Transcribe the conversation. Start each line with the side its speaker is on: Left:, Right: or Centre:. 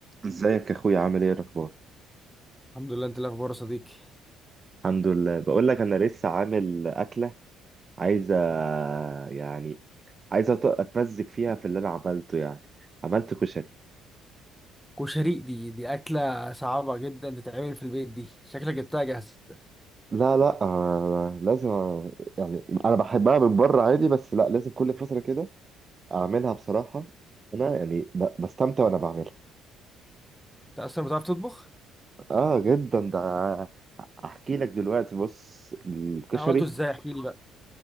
Right: ازيك يا اخويا عامل ايه الاخبار
Centre: الحمد لله انت إيه الاخبار يا صديقي
Right: الحمد لله بقول لك انا لسه عامل اكله عايزه يعني عايزه أت- اتمزج فيها في اللي انا عملته يعني عملت كشري
Centre: كشري دي دي اكله صعبه جدا تتعمل في البيت دي شكلك جبتها جاهزه
Right: لا لا آه، لازم آه، يعني انا بحبها من بره عادي بس لا لازم كل فتره كده اعملها بصراحه انا يعني ب- بستمتع وانا بعملها
Centre: انت اصلا بتعرف تطبخ
Right: اه جدا ده احكي لك دلوقتي بص الكشري
Centre: انت عملته ازاي احكي لي بقى